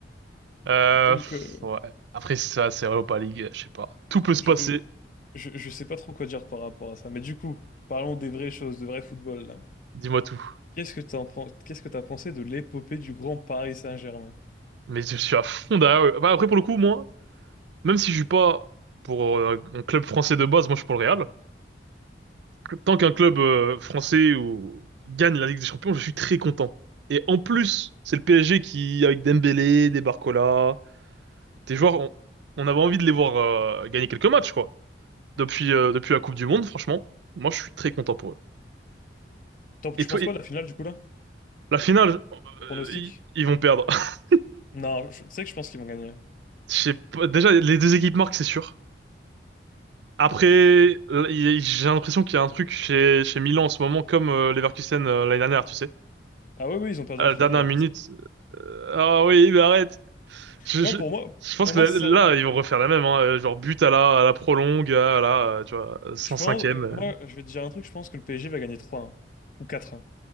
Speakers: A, on the right; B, on the left.
A: Euh,
B: Donc,
A: pff,
B: euh,
A: ouais. Après, ça, c'est Europa League, je sais pas. Tout peut se
B: je,
A: passer,
B: je, je je sais pas trop quoi dire par rapport à ça. Mais du coup, parlons des vraies choses, de vrai football, là.
A: dis-moi tout.
B: Qu'est-ce que t'en pen- qu'est-ce que t'as pensé de l'épopée du grand Paris Saint-Germain?
A: Mais je suis à fond derrière eux. Bah, après, pour le coup, moi, même si je suis pas pour euh, un club français de base, moi, je suis pour le Real. Tant qu'un club euh, français ou... gagne la Ligue des Champions, je suis très content. Et en plus, c'est le PSG qui, avec Dembélé, des Barcola, Des joueurs, on, on avait envie de les voir euh, gagner quelques matchs, quoi. Depuis, euh, depuis la Coupe du Monde, franchement, moi, je suis très content pour eux.
B: T'en- Tu
A: Et toi,
B: penses
A: et-
B: quoi de la finale du coup là?
A: la finale, euh,
B: Pronostic?
A: ils, ils vont perdre. <laughs>
B: Non, je- tu sais que je pense qu'ils vont gagner.
A: Je sais pas, déjà, les deux équipes marquent, c'est sûr. Après, là, il- j'ai l'impression qu'il y a un truc chez, chez Milan en ce moment, comme euh, Leverkusen euh, l'année dernière, tu sais.
B: Ah oui, oui, ils ont perdu
A: À
B: en
A: la
B: finale
A: dernière
B: les Leverkusen.
A: minute, euh, ah oui, mais arrête. Je,
B: Non,
A: je,
B: pour moi,
A: je pense
B: pour
A: que
B: moi,
A: là,
B: c'est-
A: là, ils vont refaire la même, hein. Genre but à la, à la prolongue, à la, euh, tu vois, 105e.
B: je pense, euh,
A: euh.
B: moi, je vais te dire un truc, je pense que le PSG va gagner trois- un ou quatre- un.